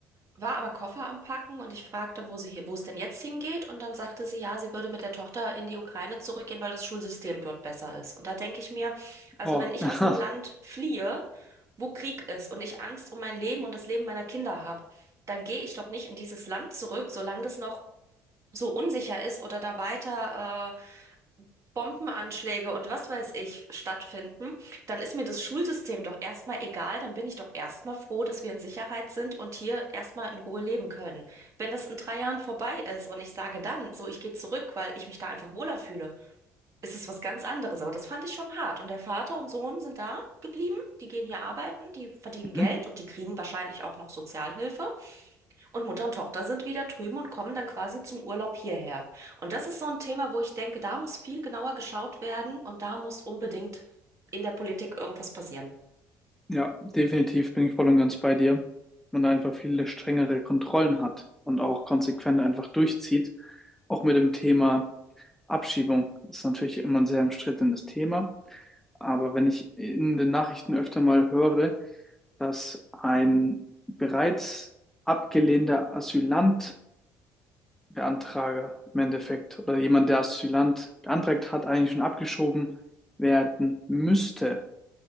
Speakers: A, on the right; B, in the centre.
A: war aber Koffer am Packen und ich fragte, wo sie, hi- wo es denn jetzt hingeht. Und dann sagte sie, ja, sie würde mit der Tochter in die Ukraine zurückgehen, weil das Schulsystem dort besser ist. Und da denke ich mir, also
B: Oh,
A: wenn ich
B: <laughs>
A: aus
B: aha.
A: einem Land fliehe, wo Krieg ist und ich Angst um mein Leben und das Leben meiner Kinder habe, dann gehe ich doch nicht in dieses Land zurück, solange das noch so unsicher ist oder da weiter äh, Bombenanschläge und was weiß ich stattfinden, dann ist mir das Schulsystem doch erstmal egal, dann bin ich doch erstmal froh, dass wir in Sicherheit sind und hier erstmal in Ruhe leben können. Wenn das in drei Jahren vorbei ist und ich sage dann, so ich gehe zurück, weil ich mich da einfach wohler fühle, ist es was ganz anderes. Aber das fand ich schon hart. Und der Vater und Sohn sind da geblieben. Die gehen hier arbeiten, die verdienen Geld
B: Mhm.
A: und die kriegen wahrscheinlich auch noch Sozialhilfe. Und Mutter und Tochter sind wieder drüben und kommen dann quasi zum Urlaub hierher. Und das ist so ein Thema, wo ich denke, da muss viel genauer geschaut werden und da muss unbedingt in der Politik irgendwas passieren.
B: Ja, definitiv bin ich voll und ganz bei dir. Man da einfach viele strengere Kontrollen hat und auch konsequent einfach durchzieht. Auch mit dem Thema Abschiebung ist natürlich immer ein sehr umstrittenes Thema. Aber wenn ich in den Nachrichten öfter mal höre, dass ein bereits abgelehnter Asylant Beantrager im Endeffekt oder jemand, der Asylant beantragt hat, eigentlich schon abgeschoben werden müsste,